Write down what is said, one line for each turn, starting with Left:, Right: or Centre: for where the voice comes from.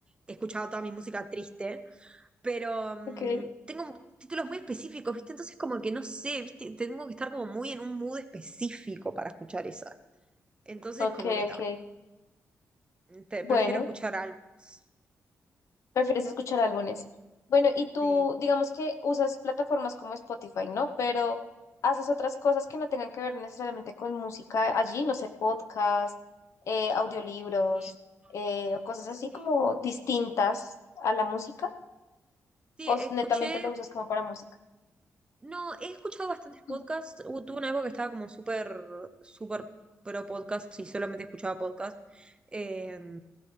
Right: he escuchado toda mi música triste pero mm,
Left: ok,
Right: tengo títulos muy específicos, ¿viste? Entonces como que no sé, ¿viste? Tengo que estar como muy en un mood específico para escuchar esa. Entonces
Left: ok,
Right: como que está.
Left: ok.
Right: Te-
Left: Bueno.
Right: prefiero escuchar álbumes.
Left: Prefieres escuchar álbumes. Bueno, y tú,
Right: Sí,
Left: digamos que usas plataformas como Spotify, ¿no? Pero haces otras cosas que no tengan que ver necesariamente con música allí, no sé, podcast, eh, audiolibros,
Right: sí,
Left: eh, o cosas
Right: sí.
Left: así como distintas a la música,
Right: Sí,
Left: o
Right: escuché
Left: s- netamente lo usas como para música.
Right: No, he escuchado bastantes podcasts.
Left: Mm.
Right: Hubo- Tuve una época que estaba como súper, súper pro podcast y solamente escuchaba podcast. eh,